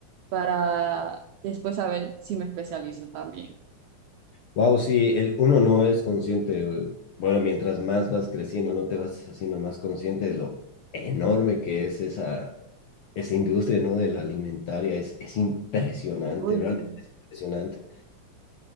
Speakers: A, on the right (about 80°); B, on the left (about 65°).
A: para después saber si me especializo también.
B: Wow, sí, el, uno no es consciente. güey. Bueno, mientras más vas creciendo, no te vas haciendo más consciente de lo enorme que es esa, esa industria, ¿no? De la alimentaria. Es, es impresionante,
A: Uy,
B: realmente
A: sí.
B: es impresionante.